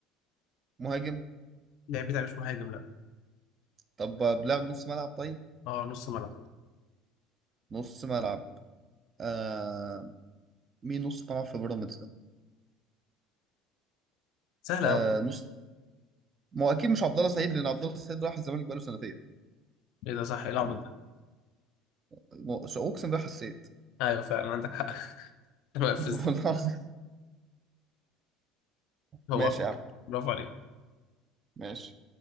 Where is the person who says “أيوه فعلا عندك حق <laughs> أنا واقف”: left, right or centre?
Left